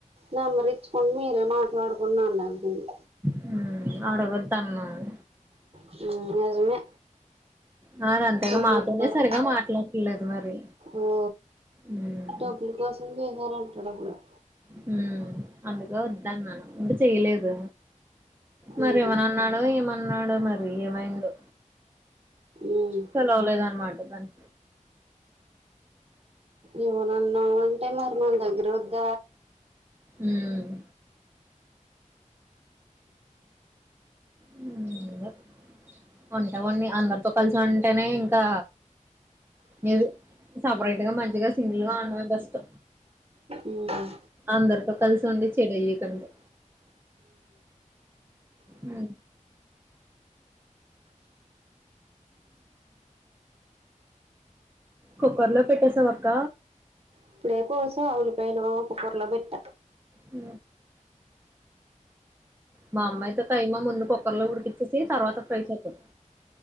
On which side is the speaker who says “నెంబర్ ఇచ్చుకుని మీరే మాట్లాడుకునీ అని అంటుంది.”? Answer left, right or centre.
Right